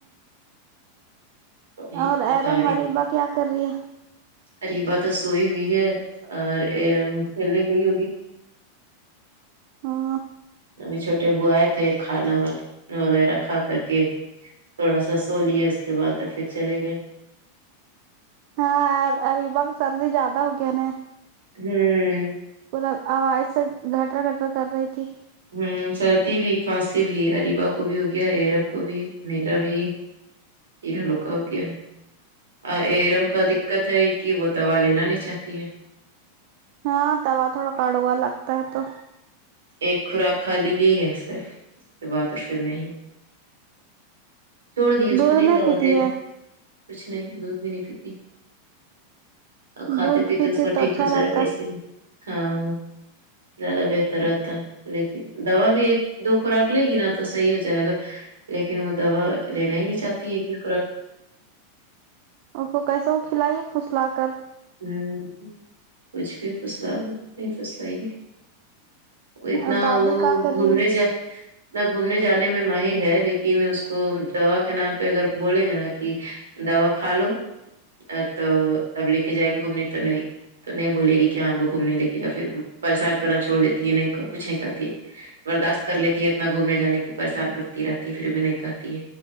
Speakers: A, on the right; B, on the right.
A: وہی
B: اور
A: بتا
B: ارم اریبہ کیا کر رہی ہے
A: اریبا تو سوئی ہوئی ہے اور ارم کھیلنے گئی ہوگی
B: ہاں
A: ابھی چھوٹے ابو اے تھے کھانا وا وغیرہ کھا کر کے تھوڑا سا سو لیے اس کے بعد میں پھر چلے گئے
B: ہا اب اریبہ کو سردی زیاد ہوگیا نہ
A: ہوں
B: پورا اب آواز سے گھٹر گھٹر کر رہی تھی
A: ہوں سردی بھی کھانسی بھی اریبہ کو بھی ہو گیا ایرم کو بھی میرا بھی تیرا لوکا ہوگیا ہے ا ارم کا دقت ہے کہ وہ دوا لینا نہیں چاہتی ہے
B: ہاں دوا تھوڑا کڑوا لگتا ہے تو
A: ایک خوراک کھالی لی ہے صرف اس کے بعد پھر نہیں چھوڑ دی اس
B: دودھ
A: کو نہیں دوا
B: پیتی
A: دے
B: ہے
A: رہے ہیں کچھ نہیں دودھ بھی نہیں پیتی کھاتے
B: دودھ
A: پیتے
B: پیتی
A: اس کا
B: تو
A: ٹھیک
B: اچھا
A: ہو
B: رہتا
A: جائے گا ایسے
B: ہے
A: ہی ہاں زیادہ بہتر رہتا لیکن دوا بھی ایک دو خوراک لے گی نا تو صحیح ہو جائے گا لیکن وہ دوا لینا ہی نہیں چاہتی ایک بھی خوراک
B: اس کو کیسے وہ کھلائیے پھسلا کر
A: ہوں کچھ بھی پھسلالو نہیں پھسلائیگی وہ اتنا
B: اور دادی
A: وہ
B: کا کر
A: گھومنے
B: رہی ہے
A: جا نہ گھومنے جانے میں ماہر ہے لیکن اس کو دوا کے نام پہ اگر بولیں گے نا کی دوا کھا لو تو تب لے کے جائیں گے گھومنے تو نہیں تو نہیں بولے گی کیا ہم کو گھومنے لے کے جا پھر پریشان کرنا چھوڑ دیتی ہے نہیں کہ کچھ نہیں کھاتی ہے برداشت کر لیتی ہے اتنا گھومنے جانے کی پریشان کرتی رہتی ہے پھر بھی نہیں کھاتی ہے